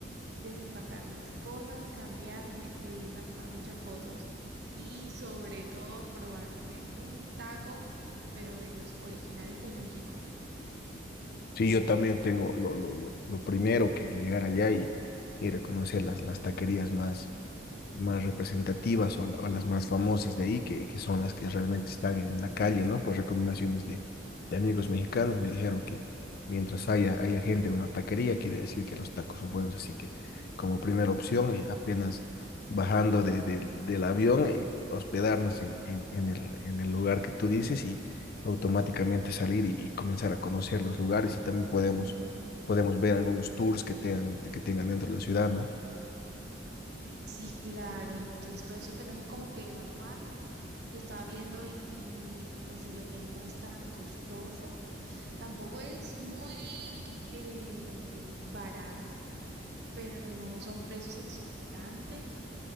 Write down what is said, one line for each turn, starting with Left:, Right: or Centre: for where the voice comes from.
Right: desempacar mis cosas, cambiarme e irme a tomar muchas fotos. Y sobre todo probarme un taco, pero de los originales de México.
Left: Sí, yo también tengo lo, lo, lo, lo primero que llegar allá y, y reconocer las, las taquerías más más representativas o, o las más famosas de ahí, que, que son las que realmente están en la calle, ¿no? Por recomendaciones de, de amigos mexicanos me dijeron que mientras haya, haya gente en una taquería, quiere decir que los tacos son buenos, así que como primera opción, eh, apenas bajando de, de- del avión, eh, hospedarnos en, en, en el, en el lugar que tú dices y automáticamente salir y, y comenzar a conocer los lugares y también podemos,
Right: Mm,
Left: podemos ver algunos tours que tengan, que tengan dentro de la ciudad, ¿no?
Right: Sí, claro. Entonces, todo eso tenemos como que evaluarlo. Yo estaba viendo y, y, pues el hotel no es tan costoso, tampoco es muy eh, barato, pero no son precios exorbitantes.